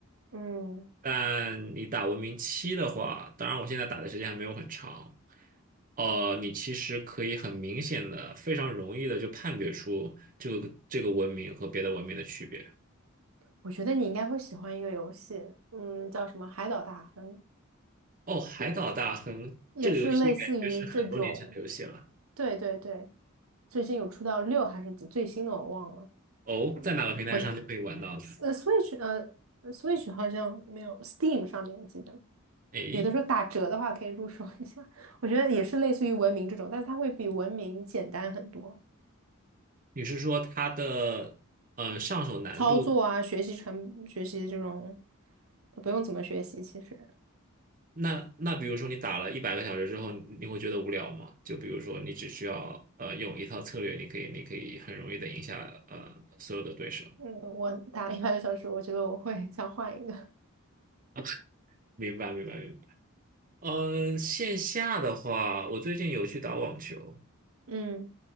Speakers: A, on the right (about 85°); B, on the right (about 40°).
A: 嗯，
B: 但你打文明七的话，当然我现在打的时间还没有很长，呃，你其实可以很明显的、非常容易的就判别出这个这个文明和别的文明的区别。
A: 我觉得你应该会喜欢一个游戏，嗯，叫什么《海岛大亨》，
B: 哦，海岛大亨这个游戏感觉是很多年前的游戏了。
A: 也是类似于这种。对对对，最近有出到六还是几最新的我忘了。
B: 哦，在哪个平台上就可以玩到呢？
A: 我的。呃，Switch 呃 s w i t c h 好像没有，Steam 上面我记得
B: 诶，
A: 有的时候打折的话可以入手一下，我觉得也是类似于文明这种，但是它会比文明简单很多，
B: 你是说它的呃上手难度？
A: 操作啊，学习成学习这种，它不用怎么学习。其实，
B: 那那比如说你打了一百个小时之后，你你会觉得无聊吗？就比如说你只需要呃用一套策略，你可以你可以很容易的赢下呃所有的对手。
A: 嗯，我打了一百个小时，我觉得我会想换一个。
B: <laughs> 明白明白明白。嗯、线下的话，我最近有去打网球，
A: 嗯，